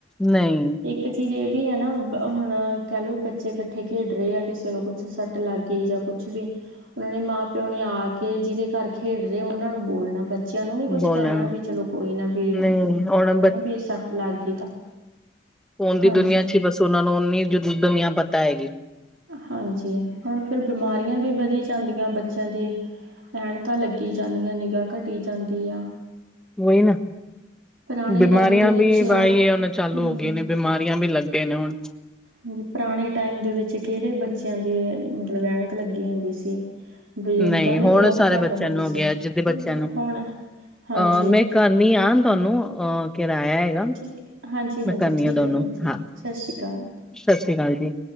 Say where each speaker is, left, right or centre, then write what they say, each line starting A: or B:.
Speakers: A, in the centre; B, on the right (about 85°).
A: ਨਹੀਂ
B: ਇੱਕ ਚੀਜ਼ ਇਹ ਵੀ ਹੈ ਨਾ ਹੁਣ ਕਹਿ ਲਓ ਬੱਚੇੱ ਇਕੱਠੇ ਖੇਡ ਰਹੇ ਆ ਕਿਸੇ ਨੂੰ ਕੁੱਛ ਸੱਟ ਲੱਗ ਗਈ ਜਾਂ ਕੁੱਛ ਵੀ ਉਹਨਾਂ ਨੇ ਮਾਂ ਪਿਓ ਨੇ ਆ ਕੇ ਜਿਹਦੇ ਘਰ ਖੇਡ ਰਹੇ ਉਹਨਾਂ ਨੂੰ ਬੋਲਣਾ ਬੱਚੇ ਬੱਚਿਆਂ ਨੂੰ ਨੀ ਕੁਛ
A: ਬੋਲਣ
B: ਕਹਿਣਾ ਵੀ ਚਲੋ ਕੋਈ ਨਾ ਵੀ,
A: ਨਹੀਂ ਹੁਣ
B: ਹਨਾ ਵੀ ਸੱਟ ਲੱਗ ਗਈ ਤਾਂ।
A: ਉਹ ਦੀ
B: ਹਾਂਜੀ
A: ਦੁਨੀਆਂ ਚ ਬਸ ਉਹਨਾ ਨੂੰ ਓਨੀ ਦੁਨੀਆਂ ਪਤਾ ਹੈਗੀ।
B: ਹਾਂਜੀ ਹੁਣ ਫਿਰ ਬਿਮਾਰੀਆਂ ਵੀ ਵਧੀ ਜਾਂਦੀਆਂ ਬੱਚਿਆਂ ਦੀ। ਐਨਕਾਂ ਲੱਗੀ ਜਾਂਦੀਆਂ ਨਿਗਾ ਘਟੀ ਜਾਂਦੀ ਆ।
A: ਉਹੀ ਨਾ,
B: ਪੁਰਾਣੇ
A: ਬਿਮਾਰੀਆਂ
B: ਟਾਈਮ ਦੇ ਵਿੱਚ
A: ਵੀ ਬੀ ਉਹ ਚਾਲੂ
B: ਹਮ
A: ਹੋ ਗਈ ਨੇ ਬਿਮਾਰੀ ਰੀਆਂ ਵੀ ਲੱਗੇ ਨੇ ਹੁਣ।
B: ਹਾਂਜੀ ਪੁਰਾਣੇ ਟਾਈਮ ਦੇ ਵਿੱਚ ਕਿਹੜੇ ਬੱਚਿਆਂ ਦੇ ਮਤਲਬ ਐਨਕ ਲੱਗੀ ਹੁੰਦੀ ਸੀ। ਬਜ਼ੁਰਗਾਂ
A: ਨਹੀਂ
B: ਦੀ
A: ਹੁਣ
B: ਬਹੁਤ
A: ਸਾਰੇ
B: ਘੱਟ
A: ਬੱਚਿਆਂ
B: ਹੁੰਦੀ
A: ਨੂੰ
B: ਸੀ।
A: ਹੋ ਗਿਆ ਜਿਦੇ ਬੱਚਿਆਂ ਨੂੰ
B: ਹੁਣ ਹਾਂਜੀ
A: ਅਹ
B: ਹਾਂਜੀ
A: ਮੈਂ ਕਰਨੀ ਆ ਤੁਹਾਨੂੰ ਅਹ ਕਿਰਾਇਆ ਹੈਗਾ।
B: ਠੀਕ ਹੈ, ਹਾਂਜੀ-ਹਾਂਜੀ
A: ਮੈਂ ਕਰਨੀ
B: ਠੀਕ
A: ਆ ਤੁਹਾਨੂੰ
B: ਹੈ ਭੈਣ ਜੀ
A: ਹਾਂ
B: ਸਤਿ ਸ਼੍ਰੀ ਅਕਾਲ।
A: ਸਤਿ ਸ਼੍ਰੀ ਅਕਾਲ ਜੀ।